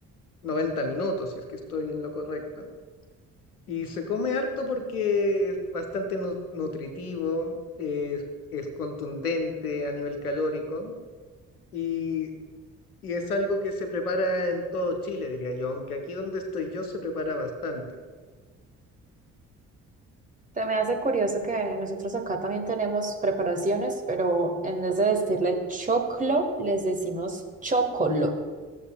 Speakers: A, on the left (about 80°); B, on the right (about 15°).
A: 90 minutos, si es que estoy en lo correcto. Y se come harto porque es bastante nu- nutritivo, es es contundente a nivel calórico. Y Y es algo que se prepara en todo Chile, diría yo, aunque aquí donde estoy yo se prepara bastante.
B: Se me hace curioso que nosotros acá también tenemos preparaciones, pero en vez de decirle choclo, les decimos chocolo.